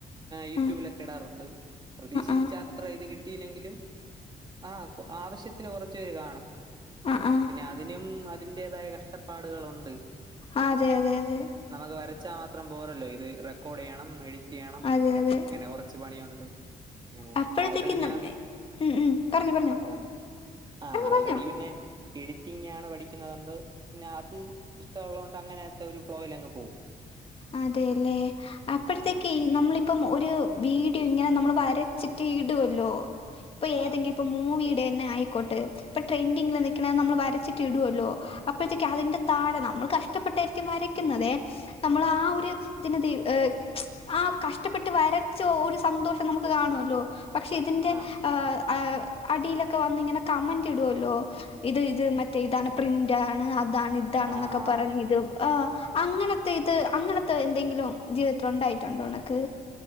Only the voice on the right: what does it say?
യൂട്യൂബിലൊക്കെ
ഇടാറുണ്ട്. പ്രതീക്ഷിച്ച
അത്ര ഇത് കി ട്ടീലെങ്കിലും ആഹ് കൊ ആവശ്യ ത്തിന് കൊറച്ച് പേര് കാണും.
പിന്നെ അതിനും അതിന്റേതായ കഷ് ഷ്ടപ്പാടുകളൊണ്ട്.
നമക്ക് വരച്ചാ മാത് ത്രം പോരല്ലോ ഇത് റെക്കോർഡീയണം എഡി റ്റീയ്യണം
ഇങ്ങനെ കൊറച്ച് പണിയുണ്ട്. അങ്ങനെയാണ്.
ആൾറെഡി
ഞാൻ
ആഹ്
പറഞ്ഞൊ ആഹ് ആൾറെഡി
പിന്നെ എഡിറ്റിങ്ങാണ് പഠിക്കുന്നത്കൊണ്ട് പിന്നെ അത് ഇഷ്ടള്ളോ ണ്ട് അങ്ങനേത്തെ ഒരു ഫ്ലോയിലങ്ങ് പോവും
ആ,
ആ,
ആ
ആ,
ആ.